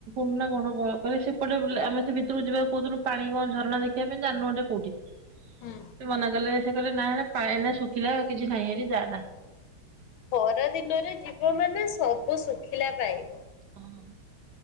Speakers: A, on the right (about 60°); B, on the left (about 70°).
A: ମୁଁ ନା କଣ କହ୍ କହିଲେ ସେପଟେ ବୁଲା ଆମେ ସେ ଭିତୁରୁକୁ ଯିବାକୁ କହୁଥିଲୁ <unintelligible> ପାଣି କଣ ଝରଣା ଦେଖିବା ପାଇଁ ଜାନିନୁ ହେଟା କୋଉଠି? ସେ
B: ହୁଁ
A: ମନା କଲେ ସେ କହିଲେ ନା ହେରା ପାଣିଆ ନା ଶୁଖିଲା କିଛି ନାହିଁ ହେଟି ଜାଆନା।
B: ଖରାଦିନରେ ଜିବ ମାନେ ସବୁ ଶୁଖିଲା ପାଇବ।
A: ହଁ